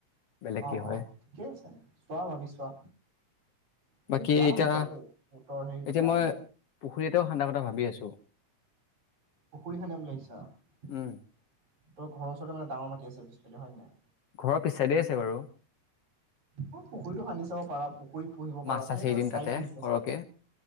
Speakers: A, on the left; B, on the right.
A: বেলেগ
B: অ
A: কি হয়
B: অ ঠিকে আছে চোৱা ভাবি চোৱা এইটো
A: বাকী
B: বেয়া নহয়
A: এতিয়া
B: বাৰু দেই উত্তৰ হেৰিটো
A: এতিয়া
B: বেয়া
A: মই
B: নহয়
A: পুখুৰী এটাও খান্দা কথা ভাবি আছোঁ
B: পুখুৰী খান্দিম বুলি ভাবিছা। তেওঁৰ
A: উম
B: ঘৰৰ ওচৰতেই ডাঙৰ মাটি পিছফালে হয় নে।
A: ঘৰৰ পিছছাইডেই আছে বাৰু
B: পুখুৰীটো খান্দি চাব পাৰা, পুখুৰীত পুহিব পাৰা।
A: মাছ চাছ
B: তুমিতো
A: এৰি
B: আৰু
A: দিম
B: চাইড
A: তাতে
B: বিজনেছ
A: সৰহকে
B: মানে।